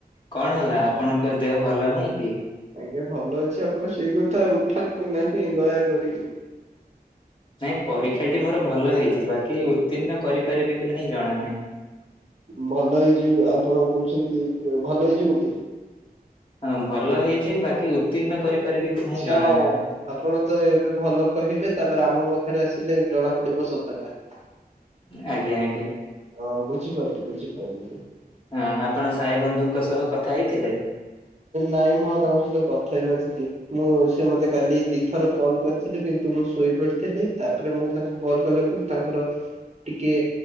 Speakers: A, on the left; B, on the right.
A: କଣ ହେଲା ଆପଣଙ୍କ ଦେହ ଭଲ ନାହିଁ କି।
B: ଆଜ୍ଞା, ଭଲ ଅଛି ଆପଣ ଟିକେ ସେଇ କଥା ଉଠାନ୍ତୁ ନାହିଁ ଦୟାକରି।
A: ନାଇଁ ପରୀକ୍ଷା ଟି ମୋର ଭଲ ହେଇଛି ବାକି ଉତ୍ତୀର୍ଣ୍ଣ କରିପାରିବି କି ନାହିଁ ଜଣା ନାହିଁ।
B: ଭଲ ହେଇଛି ଆପଣ କହୁଛନ୍ତି ଭଲ ହେଇଛି ବୋଲି।
A: ହଁ ଭଲ ହେଇଛି ବାକି ଉତ୍ତୀର୍ଣ୍ଣ କରିପାରିବି। କି ନାହିଁ
B: <unintelligible>
A: ଜଣା ନାହିଁ।
B: ଆପଣ ତ ଏବେ ଭଲ କହିବେ ତାପରେ ଆମ ପାଖରେ ଆସିଲେ ଜଣା ପଡ଼ିବ ସତା ଟା।
A: ଆଜ୍ଞା, ଆଜ୍ଞା।
B: ହଁ ବୁଝିପାରିଲି ବୁଝିପାରିଲି।
A: ହଁ ଆପଣ ସାଇ ବନ୍ଧୁଙ୍କ ସହ କଥା ହେଇଥିଲେ?
B: ନାଇଁ ମୁଁ ଆଉ ତାଙ୍କ ସହିତ କଥା ହେ ନଥିଲି। ମୁଁ ସେ ମତେ କାଲି ଦିଥର କଲ୍ କରିଥିଲି କିନ୍ତୁ ମୁଁ ଶୋଇପଡ଼ିଥିଲି ତାପରେ ମୁଁ ତାଙ୍କୁ କଲ୍ କଲାକୁ ତାଙ୍କର ଟିକେ